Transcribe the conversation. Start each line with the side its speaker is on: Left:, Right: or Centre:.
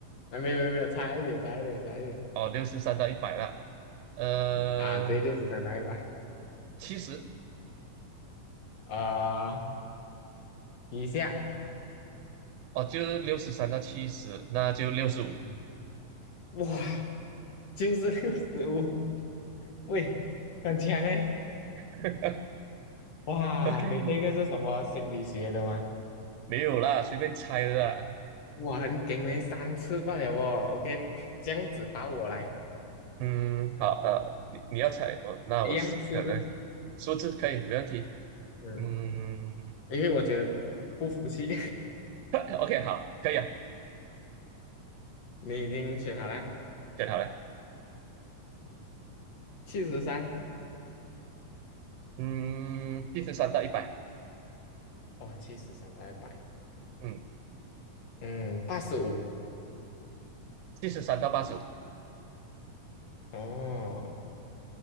Left: 啊，没有没有没有，差一点，差一点，差一点，
Right: 哦，六十三到一百了，呃，
Left: 啊，对，六十三到一百，
Right: 七十。
Left: 啊，以下，
Right: 哦，就六十三到七十，那就六十五。
Left: 嗯哇，就是六十五，喂，很强哎，
Right: <laughs>
Left: 哇，
Right: OK，
Left: 你这个是什么心理学的吗？
Right: 没有啦，随便猜的啦。
Left: 哇，很顶嘞，三次罢了哦，OK，这样子打我来，
Right: 嗯，好，呃，你你要猜，哦，那我是可能
Left: 一样数字，
Right: 数字可以，没问题。
Left: 嗯，
Right: 嗯
Left: 因为我觉得不服气，
Right: ，OK，OK，<laughs> 好，可以啊，
Left: <laughs> 你已经选好了，
Right: 选好了。
Left: 七十三，
Right: 嗯，七十三到一百，
Left: 哦，七十三到一百，
Right: 嗯，
Left: 嗯，八十五，
Right: 七十三到八十五，
Left: 哦。